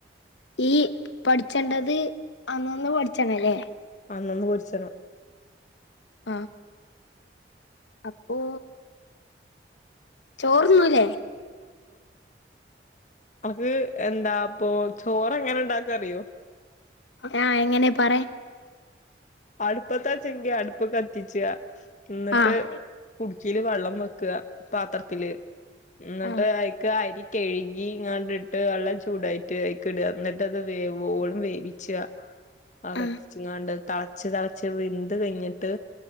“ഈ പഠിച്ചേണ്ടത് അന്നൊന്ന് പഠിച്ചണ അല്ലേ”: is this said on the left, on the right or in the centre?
Left